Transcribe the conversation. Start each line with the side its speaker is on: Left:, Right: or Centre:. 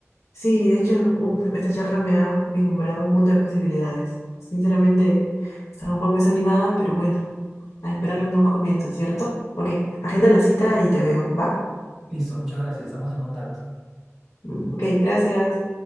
Left: Sí, de hecho, uf, esta charla me ha vislumbrado un mundo de posibilidades. Sinceramente, estaba un poco desanimada, pero bueno, a esperar los nuevos comienzos, ¿cierto? Ok, agenda la cita y te veo, ¿va?
Centre: Listo, muchas gracias, estamos en contacto.
Left: Mm. Ok, gracias.